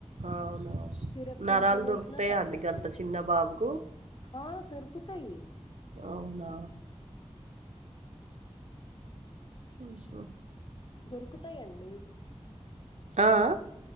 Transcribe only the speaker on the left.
సిరప్స్
ఎంత పోసినా
తగ్గట్లేదు
ఆ దుర్ కుతయి
దొరుకుతాయండి